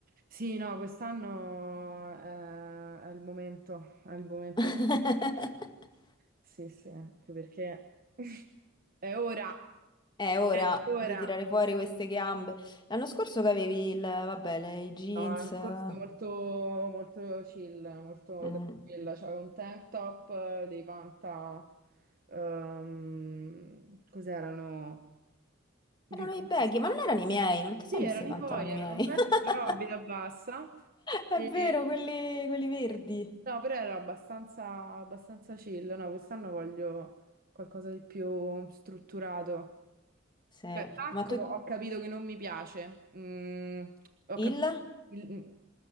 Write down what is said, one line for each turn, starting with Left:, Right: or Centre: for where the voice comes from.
Right: Sì, no, quest'anno eh, è, il momento, è il momento
Left: <laughs>
Right: di... Sì, sì, anche perché <laughs> è ora,
Left: È ora
Right: è ora.
Left: di tirare fuori queste gambe. L'anno scorso che avevi il, vabbè, le- i jeans.
Right: No, l'anno scorso
Left: eh,
Right: molto, molto chill, molto
Left: mm.
Right: tranquilla. C'avevo un tank top, eh, dei panta, ehm, cos'erano? Vita
Left: Erano i baggy,
Right: pasta.
Left: ma non erano i miei, non ti sei
Right: Sì,
Left: messa
Right: erano
Left: i pantaloni
Right: i tuoi, erano
Left: miei.
Right: belli,
Left: <laughs>
Right: però a vita bassa.
Left: È
Right: E-
Left: vero, quelli, quelli
Right: sì,
Left: verdi.
Right: sì. No, però ero abbastanza, abbastanza chill. No, quest'anno voglio qualcosa di più strutturato.
Left: Sì,
Right: Cioè, tacco
Left: ma tu
Right: ho capito che non mi piace. Mm, ho
Left: il?
Right: capito il- mm,